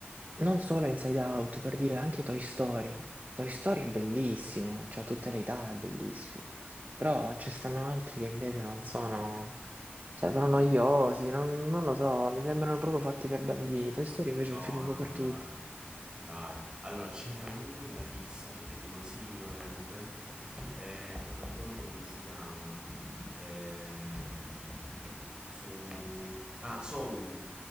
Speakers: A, on the right; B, on the right.
A: non solo Inside Out, per dire anche Toy Story. Toy Story è bellissimo, cioè a tutte le età è bellissimo. Però ci stanno altri che invece non sono, cioè sono noiosi, non, non lo so, mi sembrano proprio fatti per bambini. Toy Story invece
B: No,
A: è un film un po'
B: no,
A: per tutti.
B: dai. Dai, allora ce n'era uno della Pixar che ti consiglio vivamente, eh, che non ricordo come si chiama, ehm, su... Ah, Soul